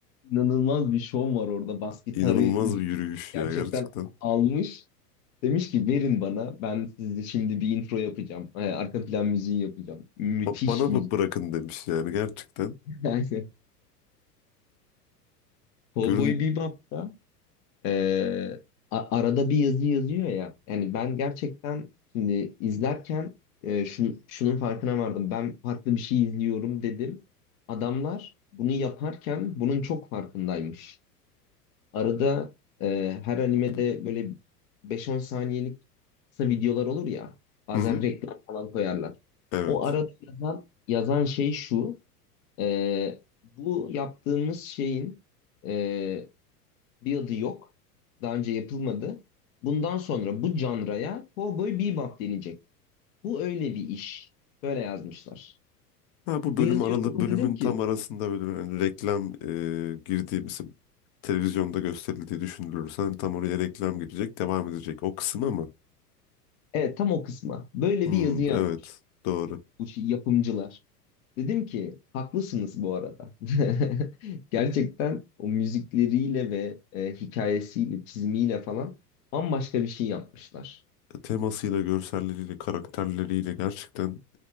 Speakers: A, on the left (about 55°); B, on the left (about 30°).
A: İnanılmaz bir şov var orada. Bas gitarı
B: İnanılmaz bir yürüyüş
A: gerçekten
B: ya gerçekten.
A: almış. Demiş ki verin bana. Ben size şimdi bir intro yapacağım. Ee, Arka plan müziği yapacağım. Müthiş
B: Ba- Bana mı
A: müzik.
B: bırakın demiş yani gerçekten.
A: <laughs> Yani Cowboy
B: Görün
A: Bebop'ta ee, a- arada bir yazı yazıyor ya. Yani ben gerçekten şimdi izlerken ee, şun- şunun farkına vardım. Ben farklı bir şey izliyorum dedim. Adamlar bunu yaparken bunun çok farkındaymış. Arada e, her animede böyle beş-on saniyelik kısa videolar olur ya. Bazen
B: Hı hı,
A: reklam falan koyarlar.
B: evet.
A: O arada yazan, yazan şey şu. e, bu yaptığımız şeyin e, bir adı yok. Daha önce yapılmadı. Bundan sonra bu canraya Cowboy Bebop denecek. Bu öyle bir iş. Böyle yazmışlar.
B: Ha bu
A: Bu
B: bölüm
A: yazıyı
B: aralı
A: okudum
B: bölümün
A: dedim ki
B: tam arasında böyle hani reklam e, girdiğimiz televizyonda gösterildiği düşünülürse hani tam oraya reklam girecek devam edecek. O kısmı mı?
A: evet tam o kısma. Böyle
B: Hmm,
A: bir yazı yazmış
B: evet doğru.
A: bu şey- yapımcılar. Dedim ki haklısınız bu arada. <laughs> Gerçekten o müzikleriyle ve e, hikayesiyle, çizimiyle falan bambaşka bir şey yapmışlar.
B: E, Temasıyla, görselleriyle, karakterleriyle gerçekten